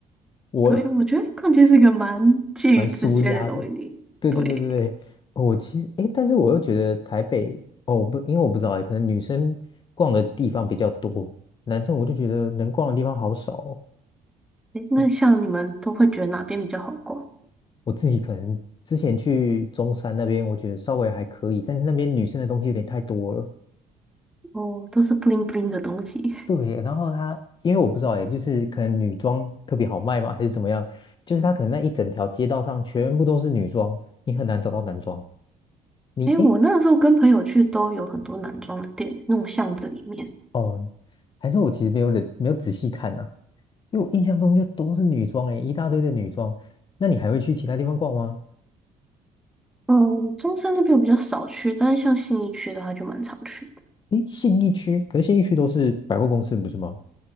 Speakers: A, on the left; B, in the centre.
A: 我
B: 对，我觉得逛街是一个蛮介于之间的东西。
A: 蛮舒压的。对对对对对，
B: 对，
A: 哦我其实诶，但是我又觉得台北哦，我不，因为我不知道诶，可能女生逛的地方比较多，男生我就觉得能逛的地方好少哦。
B: 诶那像你们都会觉得哪边比较好逛？
A: 我我自己可能之前去中山那边，我觉得稍微还可以，但是那边女生的东西有点太多了。
B: 哦，都是 b 灵 i 灵的东西。
A: 对，然后它因为我不知道诶，就是可能女装特别好卖嘛，还是怎么样？就是它可能那一整条街道上全部都是女装，你很难找到男装。你哎，
B: 诶，我那个时候跟朋友去都有很多男装的店，那种巷子里面。
A: 哦，还是我其实没有忍，没有仔细看啊，因为我印象中就都是女装诶，一大堆的女装。那你还会去其他地方逛吗？
B: 嗯，中山那边我比较少去，但是像信义区的话就蛮常去的。
A: 诶，信义区，可是信义区都是百货公司，不是吗？